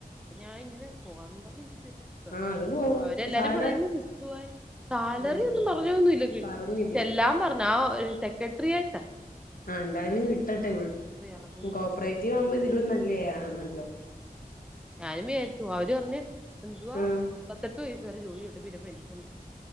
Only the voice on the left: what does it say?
ആ അത് പോ
സാല
ആഹ്
പറഞ്ഞില്ലേ
ആ എന്തായാലും കിട്ടട്ടെ
കോപ്പറേറ്റിവാകുമ്പ ഇതി തിലും നല്ലെ ആന്നല്ലോ.
ആഹ്